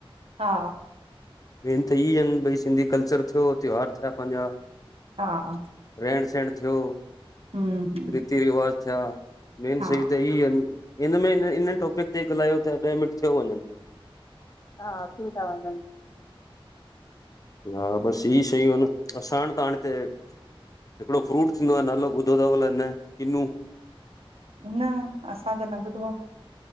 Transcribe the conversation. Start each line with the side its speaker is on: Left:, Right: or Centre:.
Right: हा
Left: मेन त इहे आहिन भई सिधी कल्चर थियो त्योहार थिया पहिजा।
Right: हा
Left: रेण सेण थियो
Right: हम्म हम्म
Left: रीति रिवाज थिया मेन
Right: हा
Left: शयू त इहे आहिन। हिन मे हिन इ टॉपिक ते ॻल्हायो ता ॾह मिन्ट थियो वञन। हा थी ता वञन। हा बस इहे शयू आहिन असा ताण ते। हिकड़ो फ्रूट थिंदो आ नालो ॿुधो तव अलाय न किनु?
Right: न असा त न ॿुधो आ।